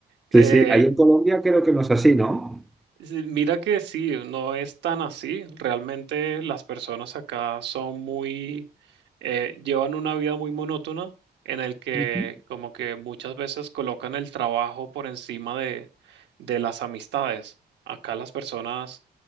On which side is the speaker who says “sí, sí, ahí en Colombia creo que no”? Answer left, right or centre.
Centre